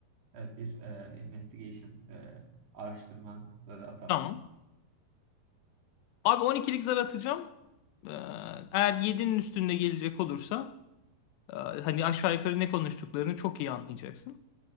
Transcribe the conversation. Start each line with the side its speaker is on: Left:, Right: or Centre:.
Right: Evet bir e, investigation e, araştırma zarı atalım.
Left: Tamam. Abi 12'lik zar atacağım. Ee, Eğer yedi'nin üstünde gelecek olursa e, hani aşağı yukarı ne konuştuklarını çok iyi anlayacaksın.